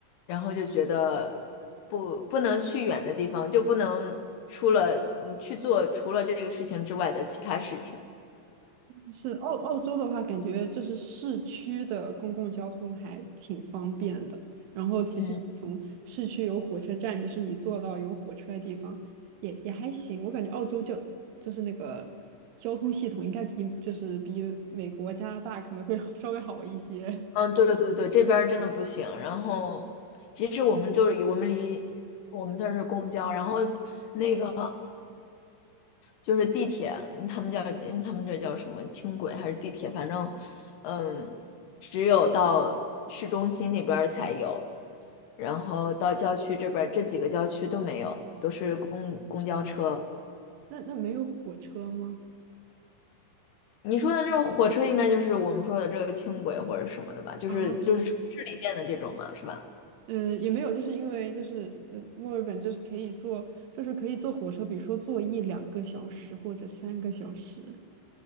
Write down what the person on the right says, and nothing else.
是澳澳洲的话，感觉就是市区的公共交通还挺方便的。然后其实你从市区有火车站，
就是你坐到有火车的地方，也也还行。我感觉澳洲就就是那个交通系统应该比就是比美国、加拿大可能会好稍微好一些。
<laughs> 那那没有火车吗？
哦，
呃，也没有，就是因为就是呃，墨尔本就是可以坐，就是可以坐火车，比如说坐一两个小时或者三个小时。